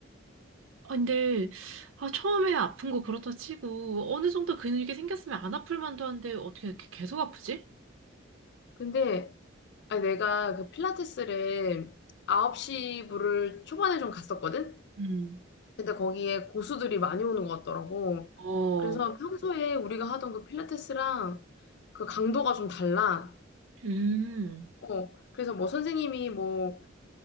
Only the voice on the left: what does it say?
근데 아니, 내가 그 필라테스를 9시 부를 초반에 좀 갔었거든?
근데 거기에 고수들이 많이 오는 것 같더라고.
그래서 평소에 우리가 하던 그 필라테스랑 그 강도가 좀 달라.
어. 그래서 뭐 선생님이 뭐